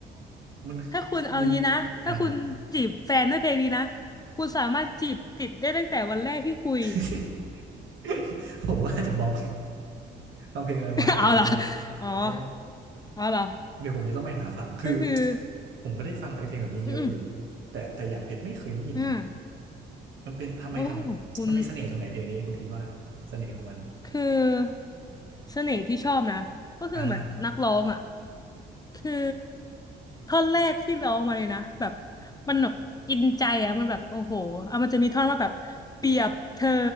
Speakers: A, on the right; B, on the left.
A: มัน
B: ถ้าคุณเอางี้นะถ้าคุณจีบแฟนด้วยเพลงนี้นะ
A: มีอ่า
B: คุณสามารถจีบติดได้ตั้งแต่วันแรกที่คุย
A: <laughs> ผมว่าจะบล็อกฟังเพลงอะไรวะอย่างงี้ป่ะ
B: <laughs> เอาเหรอ อ๋อ
A: โอ้
B: เอาเหรอ
A: เดี๋ยวผมจะต้องไปหาฟังคือ
B: ก็คือ
A: ผมก็ได้ฟังไอ้เพลงแบบนี้เยอะอยู่
B: อืม
A: แต่แต่อยากเพชรไม่เคยได้ยินนะ
B: อืม
A: มันเป็นทำไมทำมันมีเสน่ห์ตรงไหนเพลงนี้คุณคิดว่าเสน่ห์ของมัน
B: โอ้โหคุณคือเสน่ห์ที่ชอบนะ ก็คือเหมือนนักร้องอ่ะ
A: อ่า
B: คือท่อนแรกที่ร้องมาเลยนะแบบมันแบบอินใจอ่ะมันแบบโอ้โหเอามันจะมีท่อนว่าแบบเปรียบเธอ